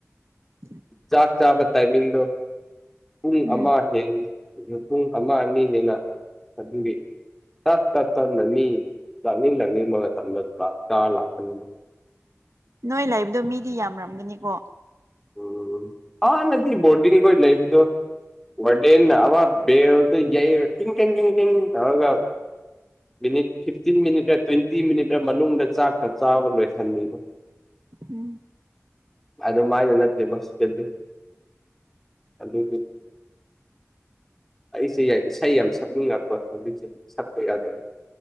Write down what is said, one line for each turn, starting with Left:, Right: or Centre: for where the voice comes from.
Right: ꯎꯝ
Centre: ꯆꯥꯛ ꯆꯥꯕ ꯇꯥꯏꯃꯤꯡꯗꯣ ꯄꯨꯡ
Right: ꯎꯝ
Centre: ꯑꯃ <unintelligible> ꯄꯨꯡ ꯑꯃ ꯑꯅꯤꯅꯦꯅ ꯑꯗꯨꯒꯤ ꯆꯠ ꯇꯠ ꯇꯠꯅꯅꯤ ꯂꯥꯛꯅꯤꯡ ꯂꯥꯛꯅꯤꯡꯕ ꯃꯇꯝꯗ ꯂꯥꯛ ꯆꯥꯔ ꯂꯥꯛꯀꯅꯤꯅ
Right: ꯅꯣꯏ ꯂꯩꯕꯗꯣ ꯃꯤꯗꯤ ꯌꯥꯝꯔꯝꯒꯅꯤꯀꯣ
Centre: ꯎ ꯑꯍꯟꯅꯗꯤ ꯕꯣꯗꯤꯡ ꯀꯣꯏ ꯂꯕꯗꯣ ꯋꯔꯗꯦꯟꯅ ꯑꯋꯥ ꯕꯦꯜ ꯗ ꯌꯩꯔꯥ ꯀꯤꯡ ꯀꯦꯡ ꯀꯦꯡ ꯒꯦꯡ ꯇꯧꯔꯒꯥ ꯃꯤꯅꯤꯠ ꯐꯤꯐꯇꯤꯟ ꯃꯤꯅꯤꯠ ꯒ ꯇ꯭ꯋꯦꯟꯇꯤ ꯃꯤꯅꯤꯠꯔ ꯃꯅꯨꯡꯗ ꯆꯥꯛꯀ ꯆꯥꯕ ꯂꯣꯏꯁꯟꯃꯤꯕꯥ
Right: ꯎꯝ
Centre: ꯑꯗꯨꯃꯥꯏꯅ ꯅꯠꯇꯦꯕꯁꯤꯗꯗꯤ ꯑꯗꯨꯒꯤ ꯑꯩꯁꯦ ꯌꯥꯏ ꯏꯁꯩ ꯌꯥꯝ ꯁꯛꯅꯤꯡꯉꯛꯄ ꯍꯧꯖꯤꯛꯁꯦ ꯁꯛꯄ ꯌꯥꯗꯕꯩ